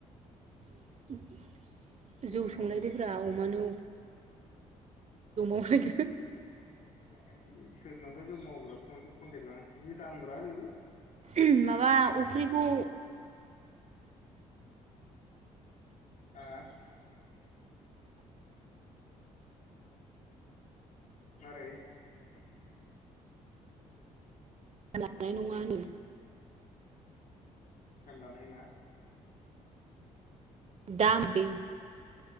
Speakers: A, on the right; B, on the left.
A: <inaudible> जौ
B: एम्फौआनो
A: संलायदोब्रा अमानो <unintelligible>
B: गैला सोरनावबा जौ मावग्राफोरनावसो कन्टेक्ट लानसै जि दामब्रा बेबो
A: उम माबा अफ्रिखौ
B: हा? मारै?
A: <inaudible> नङानो
B: फेन लानाङा
A: दा आं बेफ